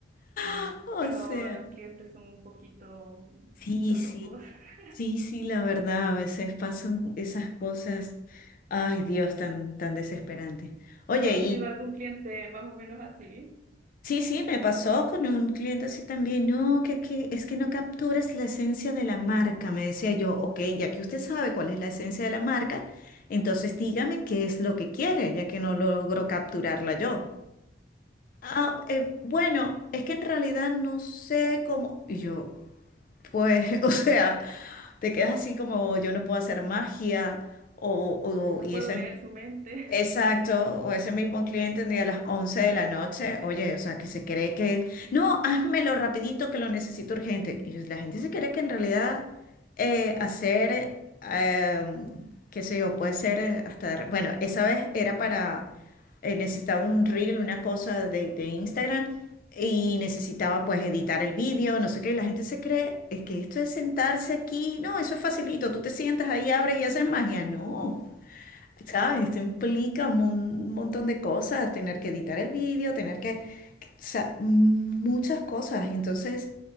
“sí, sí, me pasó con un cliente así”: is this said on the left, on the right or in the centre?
Left